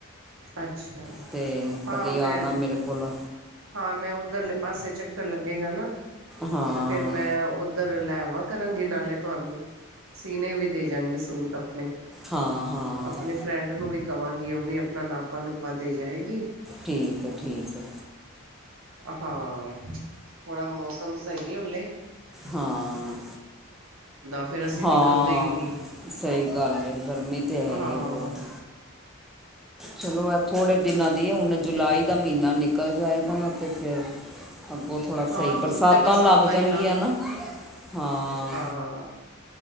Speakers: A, on the right; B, in the centre.
A: ਅੱਛਾ।
B: ਅਤੇ
A: ਹਾਂ
B: ਕਦੇ
A: ਮੈਂ
B: ਆ ਨਾ ਮੇਰੇ ਕੋਲ
A: ਹਾਂ ਮੈਂ ਉੱਧਰਲੇ ਪਾਸੇ ਚੱਕਰ ਲੱਗੇਗਾ ਨਾ
B: ਹਾਂ
A: ਤੇ ਫੇਰ ਮੈਂ ਉ ਉੱਧਰ ਲੈਵਾਂ ਕਰਾਂਗੀ ਨਾਲੇ ਤੁਹਾਨੂੰ ਸੀਨੇ ਵੀ ਦੇ ਜਾਂਗੀ ਸੂਟ ਆਪਣੇ,
B: ਹਾਂ ਹਾਂ
A: ਆਪਣੀ ਫਰੈਂਡ ਨੂੰ ਵੀ ਕਵਾਂਗੀ ਉਹ ਵੀ ਆਪਣਾ ਨਾਪਾ ਨੂਪਾ ਦੇ ਜਾਏਗੀ।
B: ਠੀਕ ਹੈ- ਠੀਕ ਹੈ।
A: ਹਾਂ, ਥੋੜਾ ਮੌਸਮ ਸਹੀ ਓਨੇ।
B: ਹਾਂ,
A: ਫੇਰ ਅਸੀਂ
B: ਹਾਂ,
A: ਨਿਕਲਦੇ ਹੀ ਨਹੀਂ
B: ਸਹੀ ਗੱਲ ਹੈ ਗਰਮੀ। ਤੇ ਇਹੀ
A: ਹਾਂ
B: ਹੈਗੀ ਬਹੁਤ ਚਲੋ ਹੈ ਥੋੜ੍ਹੇ ਦਿਨਾਂ ਦੀ ਹੈ ਹੁਣ ਜੁਲਾਈ ਦਾ ਮਹੀਨਾ ਨਿਕਲ ਜਾਏਗਾ ਨਾ ਅਤੇ ਫਿਰ ਅੱਗੋਂ ਥੋੜ੍ਹਾ
A: ਹਾਂ
B: ਸਹੀ
A: ਹੁਣ
B: ਬਰਸਾਤਾਂ
A: ਤੇ
B: ਲੱਗ ਜਾਣਗੀਆਂ
A: ਹੀ ਲੰਘ
B: ਨਾ, ਹਾਂ।
A: ਹਾਂ।